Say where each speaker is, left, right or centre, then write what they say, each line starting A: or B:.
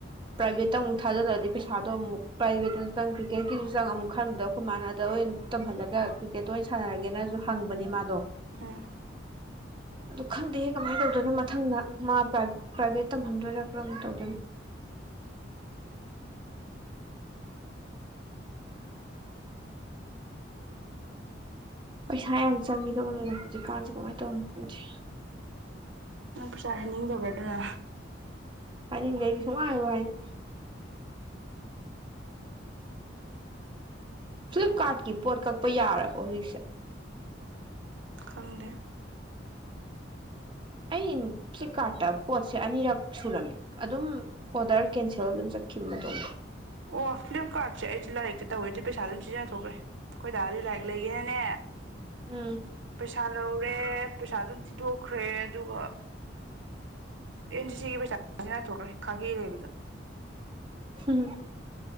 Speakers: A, on the right (about 25°); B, on the right (about 80°).
A: ꯄ꯭ꯔꯥꯏꯚꯦꯠꯇ ꯑꯃꯨꯛ ꯊꯥꯖꯗ꯭ꯔꯗꯤ ꯄꯩꯁꯥꯗꯣ ꯑꯃꯨꯛ ꯄ꯭ꯔꯥꯏꯚꯦꯠꯇꯁꯨ ꯆꯪ ꯀ꯭ꯔꯤꯀꯦꯠꯀꯤꯁꯨ ꯆꯪ ꯑꯃꯨꯛ ꯈꯟꯕꯗꯣ ꯑꯩꯈꯣꯏ ꯃꯥꯅꯗ ꯑꯣꯏꯅ ꯇꯝꯍꯜꯂꯒ ꯀ꯭ꯔꯤꯀꯦꯠꯇ ꯑꯣꯏꯅ ꯁꯥꯅꯔꯒꯦꯅꯁꯨ ꯍꯪꯕꯅꯦ ꯃꯥꯗꯣ
B: ꯑꯥ
A: ꯑꯗꯨ ꯈꯪꯗꯦ ꯀꯃꯥꯏꯅ ꯇꯧꯗꯣꯏꯅꯣ ꯃꯊꯪꯗ ꯃꯥ ꯄ꯭ꯔꯥꯏꯚꯦꯠ ꯇꯝꯍꯟꯗꯣꯏꯔꯥ ꯀꯔꯝ ꯇꯧꯗꯣꯏꯅꯣ ꯄꯩꯁꯥ ꯌꯥꯝ ꯆꯪꯉꯗꯧꯕꯅꯦꯅ ꯍꯧꯖꯤꯛꯀꯥꯟꯁꯦ ꯀꯃꯥꯏꯅ ꯇꯧꯕꯅꯣ ꯈꯪꯁꯦ
B: ꯄꯩꯁꯥꯍꯥꯏꯅꯤꯡꯗꯕꯗꯨꯅ
A: ꯍꯥꯏꯅꯤꯡꯗꯦ ꯑꯩ ꯁꯨꯡꯍꯥꯏꯕꯨ ꯍꯥꯏꯅꯤꯡꯗꫭ ꯐ꯭ꯂꯤꯞꯀꯥꯔꯠꯀꯤ ꯄꯣꯠ ꯀꯛꯄ ꯌꯥꯔꯕꯣ ꯍꯧꯖꯤꯛꯁꯦ
B: ꯈꯪꯗꯦ
A: ꯑꯩ ꯐ꯭ꯂꯤꯞ ꯀꯥꯔꯠꯇ ꯄꯣꯠꯁꯦ ꯑꯅꯤꯔꯛ ꯁꯨꯔꯝꯃꯤ ꯑꯗꯨꯝ ꯑꯣꯗꯔ ꯀꯦꯟꯁꯦꯜ ꯑꯗꯨꯝ ꯆꯠꯈꯤꯕ ꯃꯇꯣꯝꯗ
B: ꯑꯣ ꯐ꯭ꯂꯤꯞꯀꯥꯔꯠꯁꯦ ꯑꯩꯗꯤ ꯂꯥꯏꯔꯤꯛꯇ ꯇꯧꯋꯦ ꯑꯗꯨꯗꯤ ꯄꯩꯁꯥ ꯑꯗꯨꯝ ꯁꯤꯖꯤꯟꯅꯊꯣꯛꯈ꯭ꯔꯦ ꯈꯣꯏꯗꯥꯔꯗꯤ ꯂꯥꯏꯔꯤꯛ ꯂꯩꯒꯦꯅꯅꯦ
A: ꯎꯝ
B: ꯄꯩꯁꯥ ꯂꯧꯔꯦ ꯄꯩꯁꯥ ꯑꯗꯨꯝ ꯊꯤꯗꯣꯛꯈ꯭ꯔꯦ ꯑꯗꯨꯒ ꯑꯦꯟ ꯁꯤ ꯁꯤ ꯊꯣꯛꯈ꯭ꯔꯦ ꯈꯥꯒꯦ ꯂꯩꯕꯗ
A: ꯍꯝ